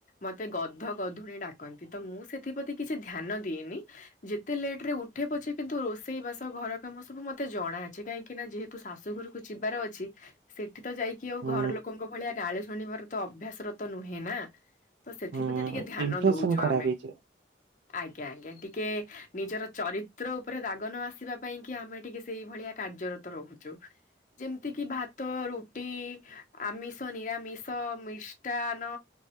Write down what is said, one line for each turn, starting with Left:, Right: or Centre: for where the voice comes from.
Left: ମତେ ଗଧ ଗଧୁଣି ଡାକ କନ୍ତି ତ ମୁଁ ସେଥିପ୍ରତି କିଛି ଧ୍ୟାନ ଦିଏନି। ଯେତେ ଲେଟ୍ ରେ ଉଠେ ପଛେ କିନ୍ତୁ ରୋଷେଇ ବାସ ଘର କାମ ସବୁ ମତେ ଜଣା ଅଛି କାହିଁ କି ନା ଯେହେତୁ ଶାଶୁ ଘରକୁ ଯିବାର ଅଛି। ସେଠି ତ ଯାଇକି ଆଉ
Right: ହୁଁ
Left: ଘର ଲୋକଙ୍କ ଭଳିଆ ଗାଳି ଶୁଣିବାର ତ ଅଭ୍ୟାସର ତ ନୁହେଁ ନା। ତ ସେଥିପ୍ରତି
Right: ହୁଁ
Left: ଟିକେ ଧ୍ୟାନ
Right: ଇମ୍ପ୍ରେସନ
Left: ଦୋଉଚୁ
Right: ଖରାପ
Left: ଆମେ।
Right: ହେଇଯିବ
Left: ଆଜ୍ଞା ଆଜ୍ଞା ଟିକେ ନିଜର ଚରିତ୍ର ଉପରେ ଦାଗ ନ ଆସିବା ପାଇଁ କି ଆମେ ଟିକେ ସେଇଭଳିଆ କାର୍ଯ୍ୟ ତ ରହୁଚୁ। ଯେମ୍ତି କିି ଭାତ ରୁଟି ଆମିଷ ନିରାମିଷ ମିଷ୍ଟାନ